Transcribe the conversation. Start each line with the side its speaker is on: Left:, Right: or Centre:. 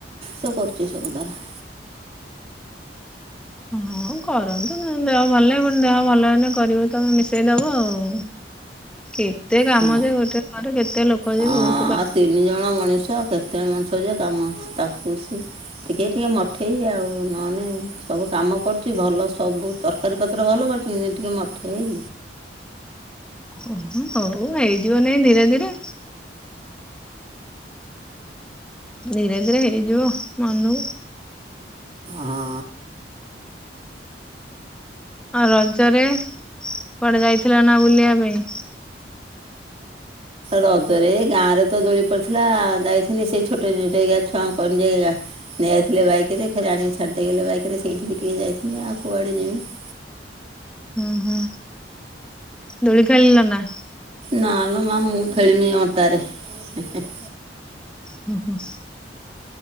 Right: ସେ କରୁଛି ସବୁ ତାର।
Centre: ହଁ କରନ୍ତୁ ଦେହ ଭଲ ଦେହ ଭଲ ହେଲେ କରିବ ତମେ ମିଶେଇଦବ ଆଉ। କେତେ କାମ
Right: ହଁ
Centre: ଯେ ଗୋଟେ ଘରେ କେତେ ଲୋକ
Right: ହଁ
Centre: ଯେ ବହୁତ କାମ
Right: ତିନି ଜଣ ମଣିଷ କେତେ ମଣିଷ ଯେ କାମ ତାକୁ ସେ ଟିକେ ଟିକେ ମଠେଇ ଆଉ ନହେଲେ ସବୁ କାମ କରୁଛି ଭଲ ସବୁ ତରକାରୀ ପତ୍ର ଭଲ କରୁଛି କିନ୍ତୁ ଟିକିଏ ମଠେଇ।
Centre: ଓ ହଉ ହେଇଯିବ ନାଇଁ ଧୀରେ ଧୀରେ। ଧୀରେ ଧୀରେ ହେଇଯିବ ମନୁକୁ।
Right: ଆଁ
Centre: ଆଉ ରଜରେ କୁଆଡେ ଯାଇଥିଲ ନା ବୁଲିବା ପାଇଁ।
Right: ରଜରେ ଗାଁରେ ତ ଦୋଳି ପଡିଥିଲା ଯାଇଥିନି ସେ ଛୋଟେ ଛୋଟେଇକା ଛୁଆଙ୍କୁ କହିଣି ଯେ ଆ ନେଇ ଯାଇଥିଲେ ବାଇକରେ ଫେରେ ଆଣିକି ଛାଡ଼ିଦେଇଗଲେ ବାଇକରେ। ସେଇଠିକି ଟିକେ <unintelligible> ଆଉ କୁଆଡ଼େ <unintelligible> <unintelligible>
Centre: ହୁଁ ହୁଁ ଦୋଳି ଖାଳିଲ ନା?
Right: ନାଲୋ ମା ମୁଁ <unintelligible> ଅଣ୍ଟାରେ ହେଁ ହେଁ।
Centre: ହୁଁ ହୁଁ।